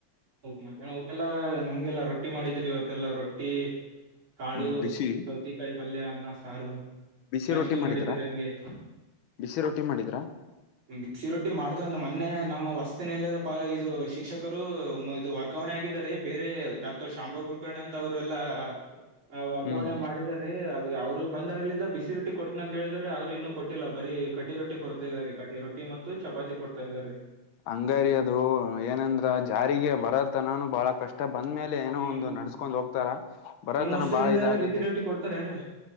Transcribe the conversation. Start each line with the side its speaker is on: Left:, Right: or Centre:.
Right: ಮದ್ಯಾಹ್ನ ಊಟಯೆಲ್ಲಾ ನಂಮ್ಗೆಲ್ಲಾ ರೊಟ್ಟಿ ಮಾಡಿದ್ರಿ ಇವತ್ತೆಲ್ಲಾ ರೊಟ್ಟಿ. ಕಾಳು
Left: ಹ್ಮ್ ಬಿಸಿ
Right: ಈ ಸೌತಿ ಕಾಯಿ ಪಲ್ಯ ಅನ್ನ ಸಾರು
Left: ಬಿಸಿ
Right: ಮಜ್ಜೆಗೆ
Left: ರೊಟ್ಟಿ ಮಾಡಿದ್ರಾ
Right: ಮಾಡಿದ್ರ ಹಂಗೆ.
Left: ಬಿಸಿ ರೊಟ್ಟಿ ಮಾಡಿದ್ರಾ.
Right: ಬಿಸಿ ರೊಟ್ಟಿ ಮಾಡಿದ್ರು ಮೊನ್ನೆ ನಮ್ಮ ವಾಸತಿನಿಲಯದ ಶಿಕ್ಷಕರೂ. ಇದು ವರ್ಗಾವಣೆ ಆಗಿದ್ದಾರೆ ಬೇರೆ ಡಾಕ್ಟರ್ ಶಾಮರಾವ್ ಕುಲಕರ್ಣಿ ಅಂತ ಅವರೆಲ್ಲಾ ಆ ವರ್ಗಾವಣೆ
Left: ಹ್ಮ್
Right: ಮಾಡಿದಾರೆ. ರೀ ಆದ್ರೆ ಅವ್ರು ಬಂದಾಗಿಳಿಂದ ಬಿಸಿ ರೊಟ್ಟಿ ಕೊಡ್ತನ ಅಂತ ಹೇಳಿದ್ರ ಆದ್ರರು ಇನ್ನು ಕೊಟ್ಟಿಲ್ಲ ಬರೀ ಕಡ್ಡಿ ರೊಟ್ಟಿ ಕೊಡ್ತಾಯಿದ್ದಾರೆ. ಕಡ್ಡಿ ರೊಟ್ಟಿ ಮತ್ತು ಚಪಾತಿ ಕೊಡ್ತಾಯಿದ್ದಾರೆ.
Left: ಅಂಗಯದು ಏನಂದ್ರ ಜಾರಿಗೆ ಬರತ್ತನಾ ಬಾಳಕ್. ಕಷ್ಟ ಬಂದ್ಮೇಲೆ ಏನೋ
Right: ಹ್ಮ್
Left: ಒಂದು ನಡ್ಸ್ಕೊಂಡ್ ಹೋಗ್ತಾರ ಬರತನ
Right: ನಿಮ್ ವಸತಿ
Left: ಬಾಳ
Right: ನಿಲಯದಲ್ಲಿ
Left: ಇದಾಗತ್ತೆ.
Right: ಬಿಸಿ ರೊಟ್ಟಿ ಕೊಡ್ತಾರೇನ್ರಿ